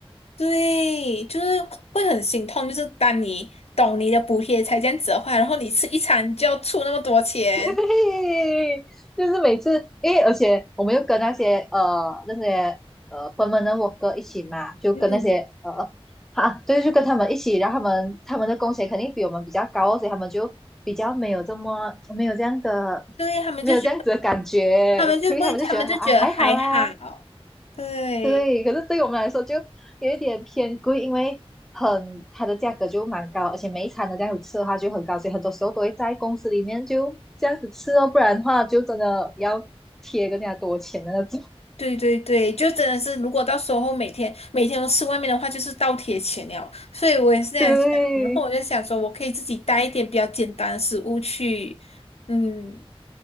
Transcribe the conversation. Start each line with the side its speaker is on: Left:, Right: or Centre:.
Left: 对，就是会很心痛，就是当你懂你的补贴才这样子的话，然后你吃一餐就要出那么多钱，
Centre: 嘿，就是每次，因为而且我们又跟那些呃那些呃 p e r m 哥一起嘛，就跟那些呃啊，
Left: 嗯，
Centre: 对，就跟他们一起，然后他们他们的工钱肯定比我们比较高哦，所以他们就比较没有这么没有这样的
Left: 对，他们就觉得，
Centre: 没有这样子的学，
Left: 他们就不会，
Centre: 所以他们就觉得啊还好啊，
Left: 他们就觉得还好，对。
Centre: 对，可是对我们来说就有一点偏贵，因为很它的价格就蛮高，而且每一餐都这样子吃的话就很高，所以很多时候都会在公司里面就这样子吃哦，不然的话就真的要贴更加多钱的那种。
Left: 对对对，就真的是，如果到时候每天每天都吃外面的话，就是倒贴钱了。所以我也是这样想，
Centre: <laughs> 对
Left: 然后我就想说，我可以自己带一点比较简单的食物去，嗯